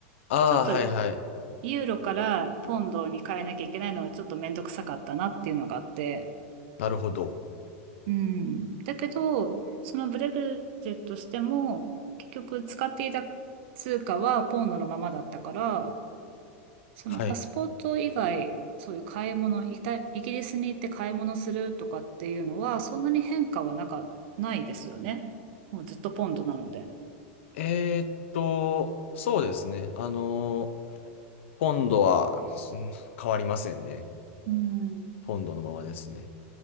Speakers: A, on the left; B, on the right.
A: ああ、
B: ちょっと
A: はい、はい。
B: ユーロからポンドに変えなきゃいけないのはちょっとめんどくさかったなっていうのがあって、
A: なるほど。
B: うん。だけど、そのブレグジットしても、結局使っていた通貨はポンドのままだったから、そのパスポート以外、
A: はい。
B: そういう買い物、イタ、イギリスに行って買い物するとかっていうのは、そんなに変化はなんか、ないですよね。もうずっとポンドなので。
A: えーっと、そうですね。あのー、ポンドは、うん変わりませんね。
B: うん。
A: ポンドのままですね。